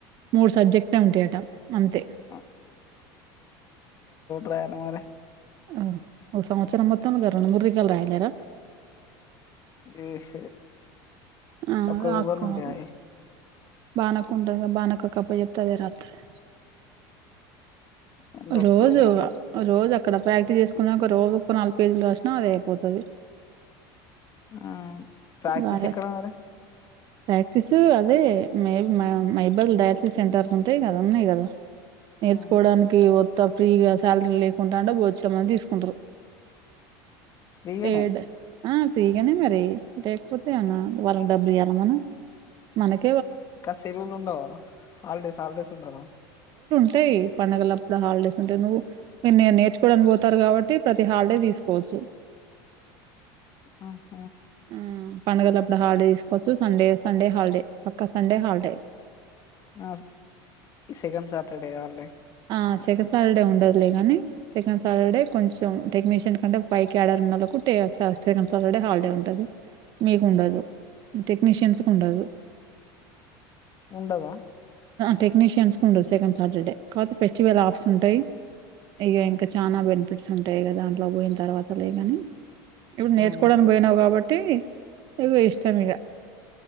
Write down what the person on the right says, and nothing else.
మూడు సబ్జెక్ట్ ఉంటయట అంతే
మ్ సంవత్సరం మొత్తం ఇగ రెండు మూడు రోజుల్లో రాయలేర
ఆ
రాసుకోవాలి
బానక్క ఉంటది బానక్కకు అప్పచెబితే అదే రాత్తది
రోజు
రోజక్ ఇక్కడ ప్రాక్టీస్ చేసుకున్నాక ఒక రోజు ఒక నాలుగు పేజీలు రాసిన అదే అయిపోతది
రాయ
ప్రాక్టీస్ అదే మెల్ మై మైబాల్ లో డయాలసిస్ సెంటర్స్ ఉంటాయి కదా ఉన్నాయి గదా నేర్చుకోవడానిక్
కొత్త ఫ్రీగా శాల్రీ లేకుండా అంటే భోచ్చడు మంది తీసుకుంటరు
పేడ్ ఆ ఫ్రీగానే మరి లేకపోతే ఎమన్నా వాళ్ళకి డబ్బులు ఇయ్యాల మనం మనకి
ఉంటయ్ పండగలప్ అప్పుడు హాలిడేస్ ఉంటాయి నువ్వు మీరు నేను నేర్చుకోవడానికి పోతారు కాబట్టి ప్రతి హాలిడే తీసుకోవచ్చు.
ఆ పండుగల అప్పుడు హాలిడే తీసుకోవచ్చు సండే సండే హాలిడే పక్కా సండే హాలిడే
ఆ సెకండ్ సాటర్డే ఉండదులేగాని సెకండ్ సాటర్డే కొంచెం టెక్నీషియన్ కంటే పైక్యాడర్ ఉన్నోళ్ళకు ట సెకండ్ సాటర్డే హాలిడే ఉంటది. మీకుండదు
టెక్నీష్యన్స్ కు ఉండదు
టెక్నీషియన్స్ కు ఉండదు సెకండ్ సాటర్డే కాపతే ఫెస్టివల్ ఆఫర్స్ ఉంటాయి ఇక
ఇంకా చానా పిట్స్ ఉంటాయి కదా దాంట్లో పోయిన తర్వాతలే కాని ఇప్పుడు నేర్చుకోవడానికి
పోయినవు కాబటి ఇగ ఇష్టం ఇగ